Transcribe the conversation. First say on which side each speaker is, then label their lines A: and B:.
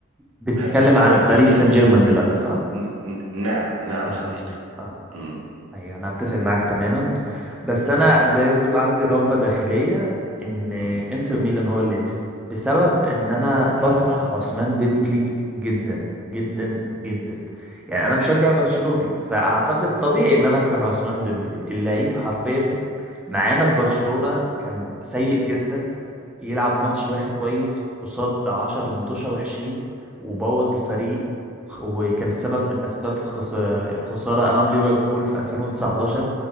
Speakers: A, in the centre; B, on the right (about 80°).
A: بتتكلم
B: هل تستوعب
A: عن باريس
B: هذه الف...
A: سان جيرمان دلوقتي صح؟
B: ن- ن- نعم نعم
A: اه
B: صديقي
A: مظبوط اه
B: مم،
A: ايوه انا اتفق معاك تماما بس
B: مم،
A: انا زي ما تقول عندي رغبه داخليه ان
B: مم،
A: انتر ميلان هو اللي يكسب بسبب ان انا بكره
B: مم.
A: عثمان ديمبلي جدا جدا جدا يعني انا مشجع برشلوني فاعتقد طبيعي ان انا اكره عثمان ديمبلي اللعيب حرفيا معانا في برشلونه كان سيء جدا يلعب ماتش واحد كويس قصاد عشر متوشة وحشين وبوظ الفريق وخ- وكان سبب من اسباب الخسارة أمام ليفربول في 2019